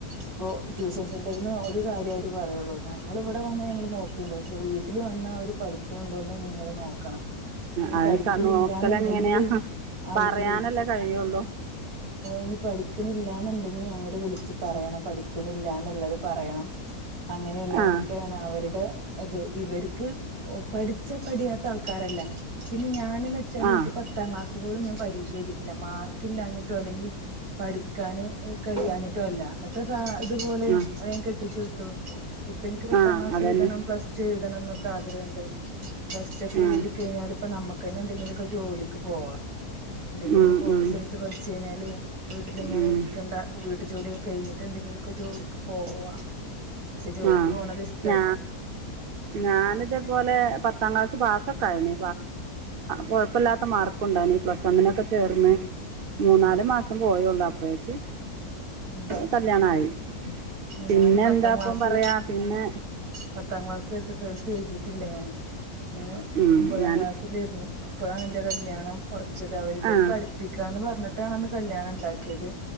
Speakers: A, on the right (about 70°); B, on the right (about 50°).
A: ഇപ്പോൊ ട്യൂഷൻ സെന്ററിന്ന് ഒരു കാര്യം അവര് പറയുള്ളൂ ഞങ്ങൾ ഇവിടെ വന്നാൽ ഞങ്ങള് നോക്കയിുണ്ട് പക്ഷെ വീട്ട വാട്ടിൽ വന്ന അവർ പഠിക്കുന്നുണ്ടോ എന്ന് നിങ്ങൾ നോക്കാം ക്കണം നീ
B: അത്
A: പഠിക്കണില്ലന്നുണ്ടെങ്കില്
B: നോക്കലെങ്ങനെയാണ്
A: അവിടക്ക്
B: പറയാനല്ലേ
A: വിളിച്ച്
B: കഴിയുള്ളൂ
A: ഇനി പഠിക്കണില്ലന്നണ്ടങ്ക നീ അങ്ങട് വിളിച്ച് പറയണം പഠിക്കണില്ല എന്നുള്ളത് പറയണം അങ്ങനെയുള്ളതൊക്കെയാണ്
B: ആ
A: അവരുടെ അത് ഇവർക്ക് പഠിച്ചാ പഠിയാത്ത ആൾക്കാരല്ല പിന്നെ ഞാൻ വെച്ചാ
B: ആ
A: എനിക്ക് പത്താം ക്ലാസ്സ്‌ പോയും ഞാൻ പരീക്ഷ എഴുതിട്ടില്ല മാർക്ക് ഇല്ലാഞ്ഞിട്ടോ അല്ലെങ്കിൽ പഠിക്കാാന് കഴിയാഞ്ഞിട്ടും അല്ല അന്നത്തെ സ ഇതുപോലെ
B: ആ
A: വേ കെട്ടിച്ചു വിട്ടു. പെൻക് പത്താം
B: ആ
A: ക്ലാസ്
B: അതുതന്നെ
A: എഴുതണം, പ്ലസ് ടു എഴുതണം എന്നൊക്കെ ആഗ്രഹണ്ട് പ്ലസ്ടുക്കെ
B: ആ
A: എഴുതി കഴിഞ്ഞാൽ ഇപ്പ നമുക്ക് തന്നെ എന്തെങ്കിലുമൊക്കെ ജോലിക്ക് പോവാം. എന്തെങ്കിലുമൊക്കെ
B: ഉം
A: കോഴ്സ്
B: ഉം
A: എടുത്ത് പഠിച്ചു കഴിഞ്ഞാല് വീട്ടിൽ ഇങ്ങനെ
B: ഉം
A: വീട്ടു ജോലിയൊക്കെ കഴിഞ്ഞിട്ട് എന്തെങ്കിലുമൊക്കെ ജോലിക്ക് പോവാ പക്ഷെ ജോലിക്ക്
B: ആഹ
A: പോണത് ഇഷ്ടല്ല
B: ഞ ഞാനിതേപോലെ പത്താക്ലാസ് പാസ്സ ഒക്കെ ആയന് കുഴപ്പമില്ലാത്ത മാർക്ക ഉണ്ടായിന് പ്ലസ് വൺ നോക്കെ ചേർന്ന് മൂന്നാല്
A: ഉം
B: മാസം പോയള്ളു അപ്പോഴേക്ക്
A: ഉം
B: കല്യാണയി പിന്നെ
A: ഞാന് പത്താം
B: എന്താ
A: ക്ലാസ്
B: ഇപ്പം പറയുക പിന്നെ
A: പത്താം class S S L C എഴുതിയിട്ടില്ല ഞാന് ഞൻ
B: ഉം
A: ഒമ്പതാം
B: ഞാൻ
A: ക്ലാസ്സിലായിരുന്നു അപ്പോഴാണ് എന്റെ കല്യാണം. ച്ചത് ഇവിര്
B: ആ
A: പഠിപ്പിക്കാന്ന് പറഞ്ഞിട്ടാണ് അന്ന് കല്യാണം ഉണ്ടാക്കിയത്